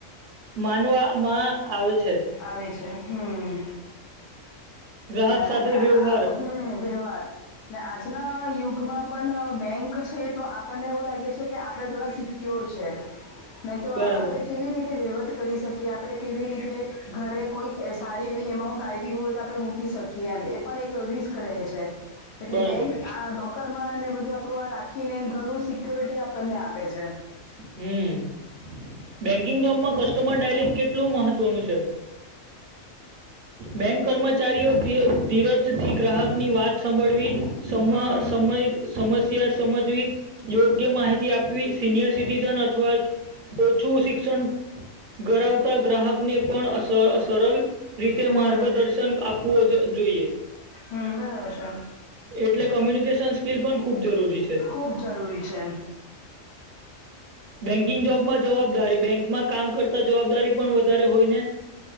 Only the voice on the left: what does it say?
આવે છે હમ.
ના
ના પણ આ
હ વ્યવહાર આજના યુગમાં પણ બેંક. છે તો આપણને એવું લાગે છે કે આપણે થોડા. પ્યોર છે નહી તો
આપડણે કેવી રીતે વહીવત કરી શકીએ. કે આપડે કેવી રીતે ઘરે કોઈ સારી એવી એમાઉન્ટ આવી હોય તો આપડે. કી શકીએ એમ એ પણ એક રિસ્ક. છે એટલે
બેંક આ લોકર માંને બધું આપડું આ રાખી. ને ઘણું સિક્યોરિટી આપણને આપે છે.
હમ
હમ
હમ બરાબર છે.
ખૂબ જરૂરી છે.